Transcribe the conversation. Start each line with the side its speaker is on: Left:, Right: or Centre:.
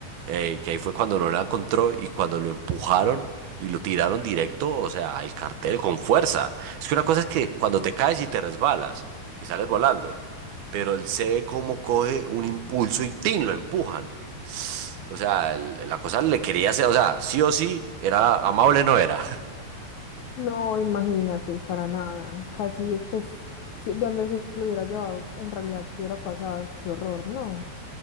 Right: eh, que ahí fue cuando no la encontró y cuando lo empujaron y lo tiraron directo, o sea, al cartel con fuerza. Es que una cosa es que cuando te caes y te resbalas, que sales volando, pero él se ve cómo coge un impulso y ¡tin! lo empujan. O sea, el- la cosa le quería hacer, o sea, sí o sí, era amable, no era.
Left: No, imagínate, para nada. Casi, pues, si- donde se lo hubiera llevado, en realidad, ¿qué hubiera pasado? Qué horror, no.